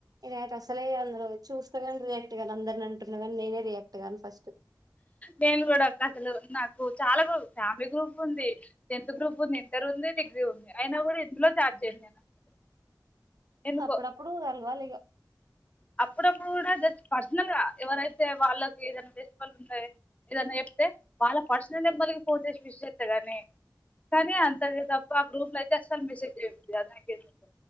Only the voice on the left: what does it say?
నేను కూడా అసలు నాకు చాలా ఫ్యామిలీ గ్రూప్ ఉంది. టెన్త్ గ్రూప్ ఉంది ఇంటర్ ఉంది డిగ్రీ ఉంది అయినా కూడా ఎందులో చాట్ చేయను నేను అసలు ఎందుకో
అప్పుడప్పుడు కూడా జస్ట్ పర్సనల్ గా ఎవరైతే వాళ్ళకి ఏదైనా ఫెస్టివల్ ఉండ ఏదైనా చెప్తే వాళ్ళ పర్సనల్ నెంబర్లకి ఫోన్ చేసి విష్ చేస్తా గాని కానీ అంత తప్ప ఆ గ్రూప్ లో అయితే అసలు మెసేజ్ చెయ్య బుద్ధి కాదు నాకెందుకో